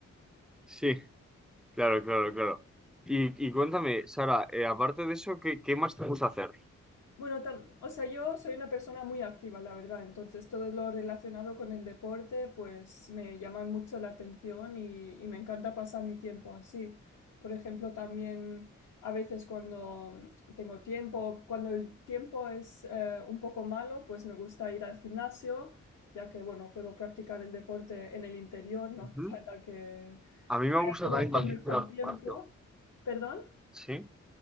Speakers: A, in the centre; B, on the left.
A: Sí, claro, claro, claro. Y, y cuéntame, Sara, eh, aparte de eso, ¿qué, qué más te gusta hacer?
B: Bueno, tam- o sea, yo soy una persona muy activa, la verdad, entonces todo lo relacionado con el deporte pues me llama mucho la atención y, y me encanta pasar mi tiempo así. Por ejemplo, también a veces cuando mm, tengo tiempo, cuando el tiempo es eh, un poco malo, pues me gusta ir al gimnasio, ya que, bueno, puedo practicar el deporte en el interior, no
A: Ujú.
B: hace <laughs> falta que...
A: A mí me gusta
B: como
A: también bastante
B: el mejor
A: ir al
B: tiempo.
A: gimnasio.
B: ¿Perdón?
A: Sí.